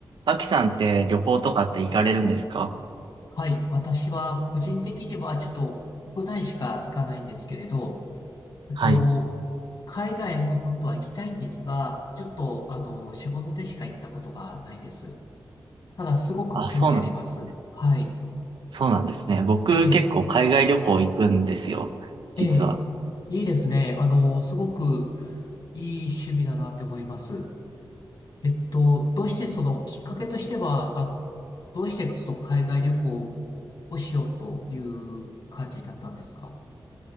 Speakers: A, on the right; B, on the left.
A: アキさんって旅行とかって行かれるんですか
B: はい。私は個人的にはちょっと国内しか行かないんですけれど、えっと、
A: はい。
B: 海外も本当は行きたいんですが、ちょっとあの、仕事でしか行ったことがないです。ただ、すごく興味あります。
A: あ、そうなんです。
B: はい。
A: そうなんですね。僕結構海外旅行行くんですよ。
B: ええ、
A: 実は。
B: ええ、いいですね。あの、すごくいい趣味だなって思います。えっと、どうしてそのきっかけとしては、あ、どうしてその海外旅行をしようという感じだったんですか